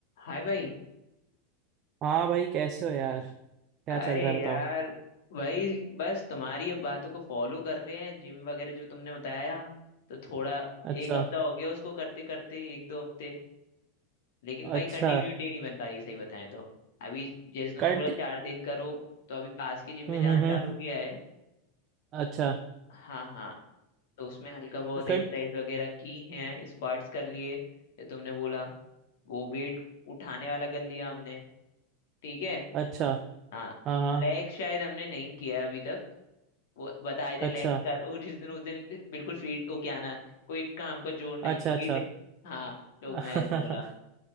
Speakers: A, on the left; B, on the right.
A: हाय भाई
B: हाँ भाई कैसे हो यार क्या
A: अरे
B: चल रहा है
A: यार
B: बताओ
A: भाई बस तुम्हारी अब बातों को फॉलो कर रहे हैं जिम वगैरह जो तुमने बताया तो थोड़ा
B: अच्छा
A: एक हफ्ता हो गया उसको करते करते एक दो हफ्ते लेकिन
B: अच्छा
A: भाई कंटिन्यूटी नहीं बन पा रही सही बताएं तो अभी जैसे तुमने
B: कंट
A: बोला चार दिन करो तो अभी पास के जिम में
B: हम्म
A: जाना
B: हम्म
A: चालू
B: हम्म,
A: किया है
B: अच्छा
A: हाँ हाँ तो उसमें हल्का बहुत एक्सरसाइज
B: कंट
A: वगैरह की है स्क्वाट्स कर लिए जो तुमने बोला वो वेट उठाने वाला कर लिया हमने ठीक है
B: अच्छा
A: हाँ
B: हाँ हाँ
A: लेग शायद हमने नहीं किया है अभी तक वो बताए थे
B: अच्छा
A: लेग कर और जिस दिन उस दिन बिल्कुल फ्री होके आना कोई काम को जोड़ नहीं
B: अच्छा
A: क्योंकि
B: अच्छा
A: ले- हाँ लोग
B: <laughs>
A: ने ऐसा बोला